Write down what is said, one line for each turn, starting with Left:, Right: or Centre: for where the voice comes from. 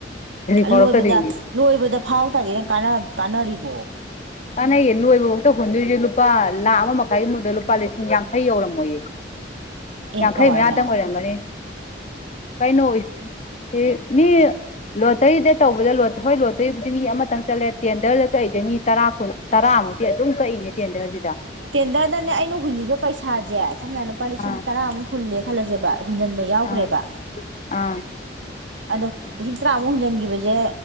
Left: ꯐꯥꯎꯔꯛꯀꯗꯣꯏꯅꯤ
Right: ꯂꯣꯏꯕꯗ ꯂꯣꯏꯕꯗ ꯐꯥꯎ ꯇꯥꯗꯤ ꯅꯪ ꯀꯥꯟꯅ ꯀꯥꯟꯅꯔꯤꯕꯣ
Left: ꯀꯥꯟꯅꯩꯌꯦ ꯂꯣꯏꯕꯐꯥꯎꯇ ꯍꯨꯟꯗꯣꯏꯁꯦ ꯂꯨꯄꯥ ꯂꯥꯈ ꯑꯃ ꯃꯈꯥꯏꯒꯤ ꯃꯅꯨꯡꯗ ꯂꯨꯄꯥ ꯂꯤꯁꯤꯡ ꯌꯥꯡꯈꯩ ꯌꯧꯔꯝꯃꯣꯏꯌꯦ
Right: ꯑꯦ
Left: ꯌꯥꯡꯈꯩ
Right: ꯀꯃꯥꯏꯅ
Left: ꯃꯌꯥꯗꯪ ꯑꯣꯏꯔꯝꯒꯅꯤ ꯀꯩꯅꯣꯑꯣꯏ ꯍꯦ ꯃꯤ ꯂꯣꯇꯔꯤꯗ ꯇꯧꯕꯗ ꯍꯣꯏ ꯂꯣꯇꯔꯤꯕꯨꯗꯤ ꯃꯤ ꯑꯃꯇꯪ ꯆꯠꯂꯦ ꯇꯦꯟꯗꯔꯗ ꯀꯩꯁꯦ ꯃꯤ ꯇꯔꯥ ꯀꯨꯟ ꯇꯔꯥꯃꯨꯛꯇꯤ ꯑꯗꯨꯝ ꯀꯛꯏꯅꯦ ꯇꯦꯟꯗꯔꯁꯤꯗ
Right: ꯇꯦꯟꯗꯔꯗꯅꯦ ꯑꯩꯅ ꯍꯨꯜꯂꯤꯕ ꯄꯩꯁꯥꯁꯦ ꯁꯝꯅ ꯍꯥꯏꯅ ꯂꯨꯄꯥ ꯂꯤꯁꯤꯡ
Left: ꯑꯥ
Right: ꯇꯔꯥꯃꯨꯛ ꯍꯨꯜꯂꯦ ꯈꯜꯂꯁꯦꯕ ꯍꯨꯟꯖꯟꯕ ꯌꯥꯎꯈ꯭ꯔꯦꯕ
Left: ꯑꯥ ꯑꯥ
Right: ꯑꯗꯣ ꯂꯤꯁꯤꯡ ꯇꯔꯥꯃꯨꯛ ꯍꯨꯟꯖꯤꯟꯈꯤꯕꯁꯦ